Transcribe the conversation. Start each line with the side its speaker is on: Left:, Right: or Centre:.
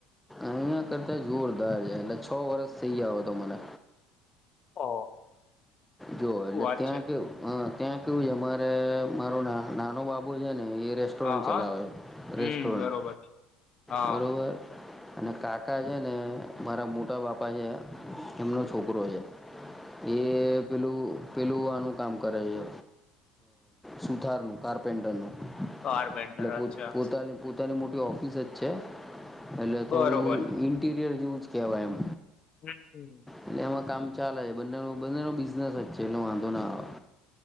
Centre: અહયા કરતા જોરદાર છે લ સ વરષ થઈ આવ હતો મને
Left: ઓહ
Centre: જો એટલે
Left: શું વાત
Centre: ત્યાં
Left: છે
Centre: કે અ ત્યાં કેવું છે મારે મારો નાનો બાપુ છે ને એ રેસ્ટોરન્ટ
Left: હા હા
Centre: ચલાવે
Left: હમ
Centre: રેસ્ટોરન્ટ
Left: બરોબર હા
Centre: બરોબર અને કાકા છે ને મારા મોટા બાપા છે એમનો છોકરો છે એ પેલું પેલું આનું કામ કરે છે સુથારનું કાર્પેન્ટરનું
Left: બાર બેનન્ટર
Centre: એટલે પો
Left: અચછા
Centre: પોતાની પોતાની મોટી ઓફિસ જ છે એ
Left: બરોબર
Centre: થોડું ઇન્ટીરયર યુઝ કેવાય એમ
Left: હમ હમ
Centre: એટલે એમાં કામ ચાલે બંને બ બિઝનેસ વચ્ચે એલો વાંધો ન આવે